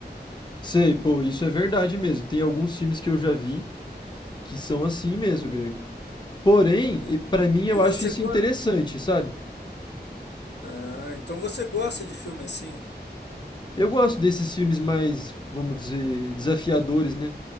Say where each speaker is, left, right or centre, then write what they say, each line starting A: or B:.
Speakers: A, on the left; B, on the left.
A: Sei, pô, isso é verdade mesmo. Tem alguns filmes que eu já vi que são assim mesmo,
B: Hum,
A: Greg. Porém,
B: E
A: e- pra mim eu
B: e você
A: acho isso
B: gosta.
A: interessante, sabe?
B: Ah, então você gosta de filme assim?
A: Eu gosto desses filmes mais, vamos dizer, desafiadores, né?